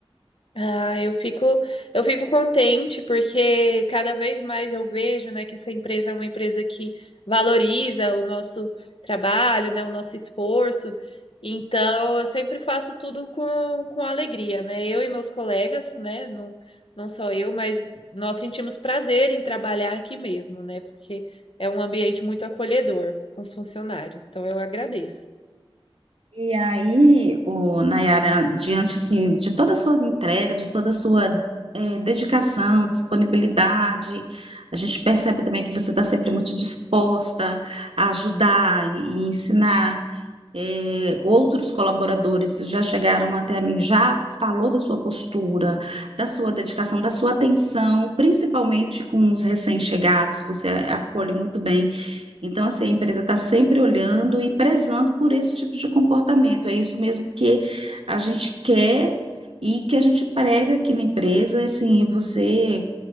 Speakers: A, on the left; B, on the right.
A: Ah, eu fico, eu fico contente porque cada vez mais eu vejo, né, que essa empresa é uma empresa que valoriza o nosso trabalho, né, o nosso esforço. Então, eu sempre faço tudo com, com alegria, né? Eu e meus colegas, né, não, não só eu, mas nós sentimos prazer em trabalhar aqui mesmo, né? Porque é um ambiente muito acolhedor com os funcionários. Então, eu agradeço.
B: E aí, o Nayara, diante assim, de toda a sua entrega, de toda a sua eh, dedicação, disponibilidade, a gente percebe também que você está sempre muito disposta a ajudar e, e ensinar é, outros colaboradores já chegaram até mim, já falou da sua postura, da sua dedicação, da sua atenção, principalmente com os recém-chegados, você acolhe muito bem. Então, assim, a empresa está sempre olhando e prezando por esse tipo de comportamento. É isso mesmo que a gente quer e que a gente prega aqui na empresa. Assim, você